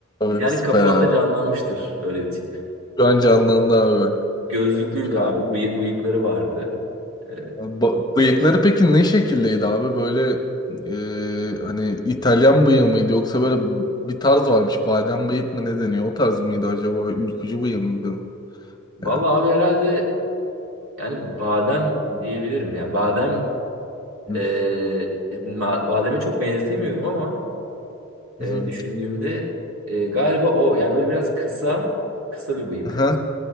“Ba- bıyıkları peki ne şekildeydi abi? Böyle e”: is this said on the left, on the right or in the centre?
Left